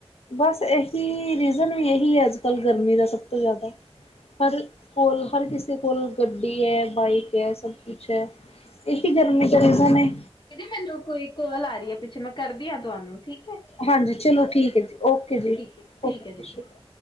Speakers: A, on the left; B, on the left.
A: ਬਸ ਇਹੀ ਰੀਜ਼ਨ ਵੀ ਇਹੀ ਐ ਅੱਜ-ਕੱਲ੍ਹ ਗਰਮੀ ਦਾ ਸਭ ਤੋਂ ਜ਼ਿਆਦਾ ਪਰ ਕੋਲ ਹਰ ਕਿਸੇ ਕੋਲ ਗੱਡੀ ਐ, ਬਾਈਕ ਐ, ਸਭ ਅੱਛਾ, ਇਹੀ ਗਰਮੀ ਦਾ ਰਿਜਨ ਏ।
B: ਕਹਿੰਦੀ ਮੈਨੂੰ ਕੋਈ ਕਾਲ ਆ ਰਹੀ ਏ ਪਿੱਛੇ ਮੈਂ ਕਰਦੀ ਹਾਂ ਤੁਹਾਨੂੰ ਠੀਕ ਐ।
A: ਹਾਂਜੀ, ਚਲੋ ਠੀਕ ਐ ਜੀ, ਓਕੇ ਜੀ
B: ਹੈ ਠੀਕ
A: ਓਕੇ, ਸਤਿ
B: ਹੈ ਦੀਦੀ
A: ਸ਼੍ਰੀ ਅ